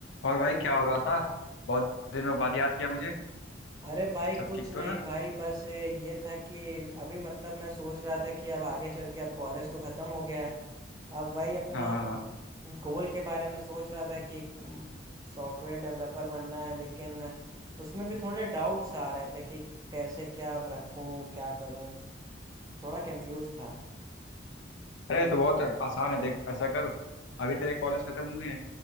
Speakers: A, on the left; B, on the right.
A: और भाई क्या हो रहा था बहुत दिनों बाद याद किया मुझे
B: अरे भाई
A: सब
B: कुछ
A: ठीक
B: नहीं
A: तो ना
B: भाई बस ये था कि अभी मतलब मैं सोच रहा था कि अब आगे चल के अब कॉलेज तो ख़त्म हो गया है अब वही अपना
A: हाँ हाँ हाँ।
B: गोल के बारे में सोच रहा था कि सॉफ्टवेयर डेवलपर बनना है लेकिन उसमें भी थोड़े डाउट्स आ रहे थे कि कैसे क्या अब रखूं क्या करूं थोड़ा कंफ्यूज था
A: अरे ये तो बहुत आसान है देख ऐसा करो अभी तेरे कॉलेज खत्म हुए हैं